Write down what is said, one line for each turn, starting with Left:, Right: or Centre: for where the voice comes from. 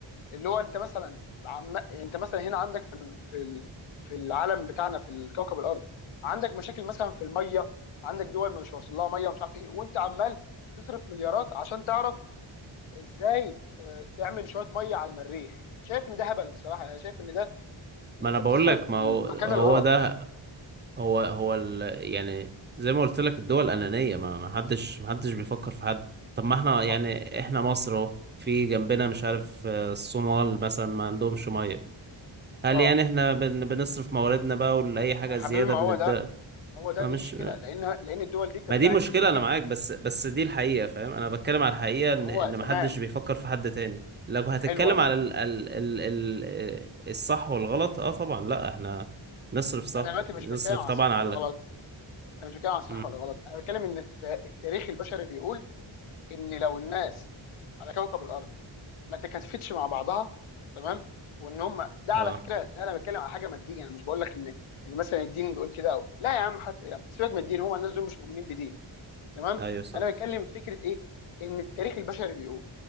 Left: اللي هو انت مثلا عم... انت مثلا هنا عندك في ال... في ال... في العالم بتاعنا في الكوكب الارض عندك مشاكل مثلا في الميه عندك دول مش واصل لها ميه ومش عارف ايه وانت عمال تصرف مليارات عشان تعرف ازاي آه، تعمل شويه ميه على المريخ شايف ان ده هبل بصراحه يعني شايف ان ده
Right: ما
Left: انت
Right: انا بقول
Left: بتصرف
Right: لك
Left: في
Right: ما
Left: المكان
Right: هو هو
Left: الغلط
Right: ده هو هو ال... يعني زي ما قلت لك الدول أنانية ما ما حدش ما حدش بيفكر في حد طب ما احنا يعني
Left: ما...
Right: احنا مصر اهو في جنبنا مش عارف آه، الصومال مثلا ما عندهمش مية هل
Left: اه
Right: يعني احنا بن... بنصرف مواردنا بقى ولأي حاجة
Left: ما يا حبيبي
Right: زيادة
Left: ما
Right: بندي
Left: هو ده هو ده
Right: ما
Left: دي
Right: مش
Left: مشكله لان لان الدول دي بتدعي
Right: ما دي مشكلة
Left: ان هي
Right: أنا معاك بس بس دي الحقيقة فاهم أنا بتكلم على الحقيقة إن
Left: هو
Right: إن
Left: تمام
Right: ما حدش بيفكر في حد تاني لو هتتكلم
Left: حلو قوي
Right: على ال... ال... ال... ال... آه، الصح والغلط اه طبعا لا احنا نصرف صح
Left: انا دلوقتي
Right: نصرف
Left: مش بتكلم على
Right: طبعا
Left: الصح
Right: على
Left: والغلط انا مش بتكلم على الصح
Right: مم.
Left: والغلط انا بتكلم ان الت- التاريخ البشري بيقول ان لو الناس على كوكب الارض ما تكاتفتش مع بعضها تمام وان هم ده على
Right: اه
Left: فكره ده انا بتكلم على حاجه ماديه انا مش بقول لك ان ان مثلا الدين بيقول كده أو. لا يا عم حتى يا عم سيبك من الدين هم الناس دول مش مؤمنين بدين تمام
Right: ايوه صح
Left: انا بتكلم في فكره ايه ان التاريخ البشري بيقول